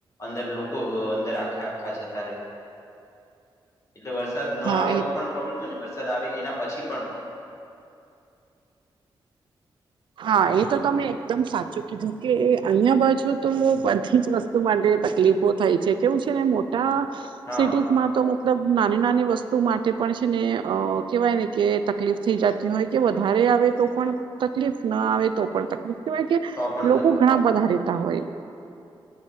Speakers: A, on the left; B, on the right.
A: અંદર લોકો અંદર આખા આખા જતા ર
B: <inaudible>
A: એટલે વરસાદ ન
B: હા
A: આવે
B: એ
A: તો પણ પ્રોબ્લેમ અને વરસાદ આવે એના પછી પણ પ્રોબ્લેમ.
B: હા એ તો તમે એકદમ સાચું કીધું કે અહિયાં બાછુ તો બધી જ વસ્તુ માટે તકલીફ થાય છે કેવું છે ને મોટા,
A: હા
B: સિટીમાં તો મતલબ નાની નાની વસ્તુ માટે પણ છે ને કહેવાય ને કે તકલીફ થઈ જતી હોય કે વધારે આવે તો પણ તકલીફ ના આવે તો પણ તકલીફ કેવાય કે,
A: તો પણ
B: લોકો
A: તકલીફ
B: ઘણા બધા રહેેતા હોય.